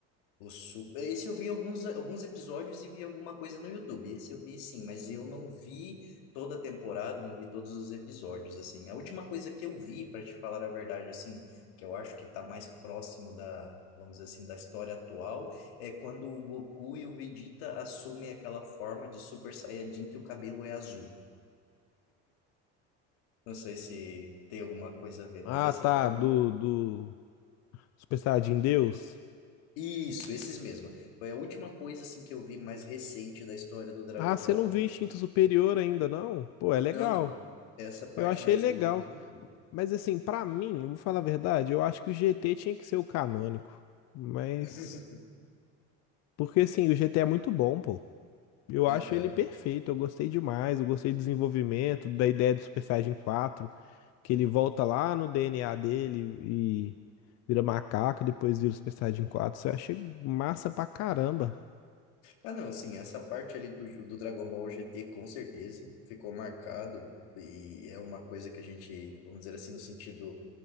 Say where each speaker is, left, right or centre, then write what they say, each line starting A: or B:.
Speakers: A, on the left (about 85°); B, on the left (about 60°).
A: O Su- Esse eu vi alguns, alguns episódios e vi alguma coisa no YouTube. Esse eu vi sim, mas eu não vi toda a temporada, não vi todos os episódios, assim. A última coisa que eu vi, para te falar a verdade, assim, que eu acho que tá mais próximo da, vamos dizer assim, da história atual, é quando o Goku e o Vegeta assumem aquela forma de Super Saiyajin que o cabelo é azul. Não sei se tem alguma coisa a ver,
B: Ah,
A: mas essa
B: tá,
A: foi a
B: do, do Super Saiyajin Deus.
A: isso, esses mesmo. Foi a última coisa assim que eu vi mais recente da história do Dragon
B: Ah, você
A: Ball.
B: não viu Instinto Superior ainda, não? Pô, é
A: Não,
B: legal.
A: não. Essa parte
B: Eu achei
A: mais
B: legal.
A: aí eu não vi.
B: Mas assim, pra mim, eu vou falar a verdade, eu acho que o GT tinha que ser o canônico. Mas
A: <laughs>
B: porque assim, o GT é muito bom, pô. Eu acho
A: Aham.
B: ele perfeito, eu gostei demais, eu gostei do desenvolvimento, da ideia do Super Saiyajin 4, que ele volta lá no DNA dele e vira macaco, e depois vira o Super Saiyajin 4. Isso eu achei massa pra caramba.
A: Ah, não, sim, essa parte ali do, do Dragon Ball GT com certeza ficou marcado e é uma coisa que a gente, vamos dizer assim, no sentido.